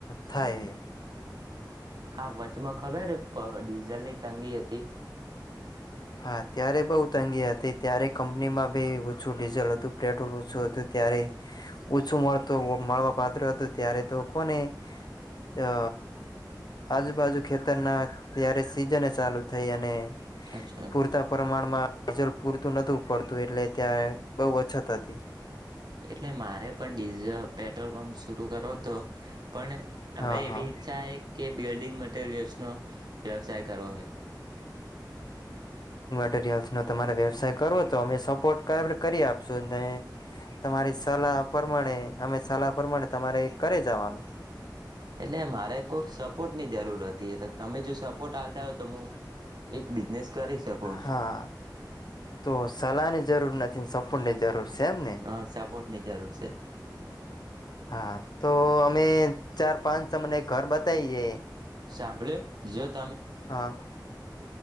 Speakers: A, on the left; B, on the right.
A: થાય
B: હા વચમાં ખબર પ ડીઝલની તંગી હતી
A: હા ત્યારે બહુ તંગી હતી. ત્યારે કંપનીમાં બી ઓછું ડીઝલ હતું પેટ્રોલ ઓછું હતું. ત્યારે ઓછું મળતુ માવા પાત્ર હતું ત્યારે તો કોને અ આજુ બાાજુ ખેતરના ત્યારે સિઝને ચાલુ થઈ અને
B: અચ્છા
A: પૂરતા પ્રમાણમાં ડિઝલ પૂરતું નતું પડતું એટલે ત્યાં બહુ અછત હતી.
B: એટલે મારે પણ ડીઝ પેટ્રોલ પંપ શરુ કરવો તો પણ હવે
A: હા
B: એવી
A: હા
B: ઈચ્છા એ કે બિલ્ડિંગ મટરિયલ્સનો વ્યવસાય કરવો હે
A: મટરયલ્સનો તમારે વ્યવસાય કરવો તો. અમે સપોર્ટ ક કરી આપશું ને તમારી સલાહ પ્રમાણે અમે સલાહ પ્રમાણે તમારે કરે જવાનું
B: એટલે મારે કોઈ સપોર્ટની જરૂર હતી. એટલે તમે જો સપોર્ટ આલતા હોય તો મુ એક બિઝનેસ કરી શકું.
A: હા તો સલાની જરૂર નથી સપને જરૂર છે એમ ને
B: હા સપોર્ટ ની જરૂર છે
A: હા તો અમે ચાર પાંચ તમને ઘર બતાઈએ
B: સાંભડ જત
A: હા